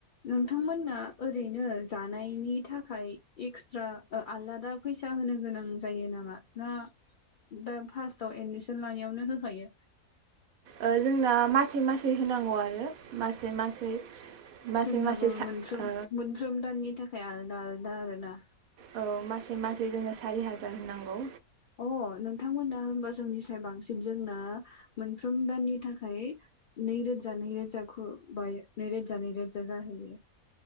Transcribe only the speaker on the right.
ओ जोंना मासे-मासे होनांगौ आरो मासै मासै मासै
मासै सा
ओ
औ मासेै मासेै जोङो सारि हाजार होनांगौ